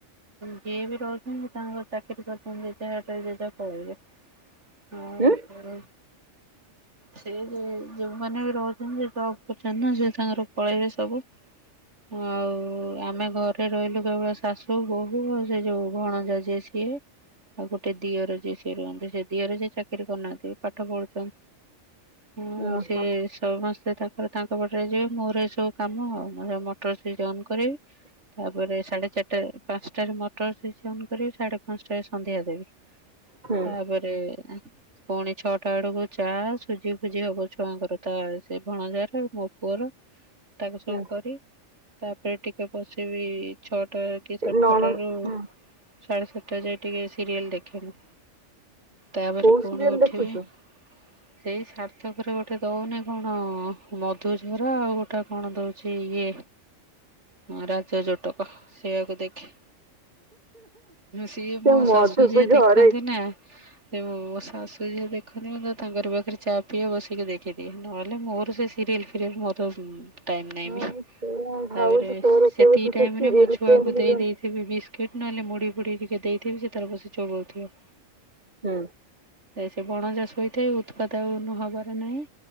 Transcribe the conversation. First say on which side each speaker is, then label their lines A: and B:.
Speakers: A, on the right; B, on the right.
A: ଯିଏ ବି ରହୁଛନ୍ତି ତାଙ୍କର ଚାକିରି କରିୁଛନ୍ତି ଜେଝା ବାଟରେ ପେଝା ପଳେଇବେ। ହୁଁ।
B: ହୁଁ।
A: ହଁ। ସି ଯେ ଯୋଉମାନୋନ ବି ରହୁଛନ୍ତି ସେ ଜବ କରୁଛନ୍ତି ନା ସେ ତାଙ୍କର ପଳେଇବେ ସବୁ। ଆଉ ଆମେ ଘରେ ଗଟେ ରହିଲୁ କେବଳ ଶାଶୁ ବୋହୂ ଆଉ ସେ ଯୋଉ ଭଣଜ ଯିଏ ସିଏ। ଆଉ ଗୋଟେ ଦିଅର ଯିଏ ସେି ରୁହନ୍ତି ସେ ଦିଅର ଯିଏ ଚାକିରି କରୁନାହାନ୍ତି ପାଠ ପଢ଼ୁଛନ୍ତି। ହଁ
B: ଓହୋ
A: ସେଷ ସମସ୍ତେ ତାଙ୍କର ତାଙ୍କ ପାଟରେ ଯିବେ ମୋର ଏ ସବୁ କାମ ଆଉ ମୁର ମଟର ସ ଜ କରିବି। ତାପରେ ସାଢେ ଚାରିଟା ପାଞ୍ଚଟାରେ ମଟର ସ କରିବି ସାଢେ ପାଞ୍ଚଟାରେ ସନ୍ଧ୍ୟା ଦେବି।
B: ହୁଁ
A: ତାପରେ ପୁଣି ଛଅଟା ବେଳକୁ ଚା ସୁଜି ଫୁଜି ହବ ଛୁଆଙ୍କର ତା ସେ ଭଣଜାର ମୋ ପୁଅର।। ତାକୁ ସବୁ
B: ହୁଁ
A: କରି ତାପରେ ଟିକେ ବସିବି। ଛଅଟା କି ଟ
B: ନଣ
A: ଛଅଟ ର
B: ହୁଁ
A: ସାଢେ ସାତଟା ଯାଏ ଟିକେ ସିରିଏଲ ଦେଖନୁ ତାପରେ
B: କୋଉ
A: ପୁଣି
B: ସିରିଏଲ
A: ଉଠିବି।
B: ଦେଖୁଛୁ?
A: ହଁ। ସେଇ ସାର୍ଥକରେ ଗୋଟେ ଦଉନି କଣ ମଧୁଝର ଆଉ ଗୋଟେ କଣ ଦଉଛି। ଇଏ ମ ରାଜ ଜଟକ ସେଆକୁ ଦେଖି। ସିଏ
B: ସେ
A: ମୋ
B: ମଧୁକୁ
A: ଶାଶୁ ଯିଏ
B: ଝରେଇ
A: ଦେଖନ୍ତି ନା। ସେଁ ମୋ ଶାଶୁ ଯିଏ ଦେଖନ୍ତି ମ ତାଙ୍କର ପାଖରେ ଚା ପିଇ ବସିକି ଦେଖିଦିଏ ନହେଲେ ମୋର ସେ ସିରିଏଲ ଫିରିଏଲ ମୋର ଟାଇମ ନହିଁବ
B: ହଁ ସେଇଆ
A: ତାପରେ
B: ଭାବୁଛି ତୋର
A: ସେତିକି
B: କେବେଠୁ
A: ରେ
B: ସେ ସିରିଏଲ
A: ମୋ ଛୁଆକୁ
B: ପ୍ରେମ
A: ଦେଇେଇଥିବି
B: ହେଲୁଣି।
A: ବିସ୍କିଟ ନହେଲେ ମୁଢି ଫୁଢ ଟିକେ ଦେଇଥିବି ସେ ତାର ବସି ଚଗଉଥିବ।
B: ହୁଁ।
A: ସେ ବଣ ଚାାଷ ହୋଇଥାଏ ଉତ୍ପାଦ ହବାର ନାହିଁ